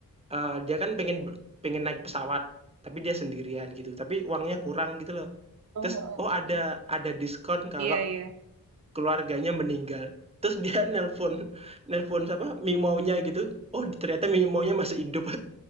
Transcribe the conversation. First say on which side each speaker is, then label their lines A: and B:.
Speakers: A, on the right; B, on the right.
A: eee, dia kan pengen pengen naik pesawat, tapi dia sendirian gitu, tapi uangnya kurang gitu loh.
B: Oh,
A: Terus,
B: oh,
A: oh ada
B: oh.
A: ada diskon kalau
B: Iya, iya.
A: Keluarganya meninggal. Terus dia <laughs> nelpon nelpon siapa, Mimaunya gitu, oh ternyata Mimaunya masih hidup.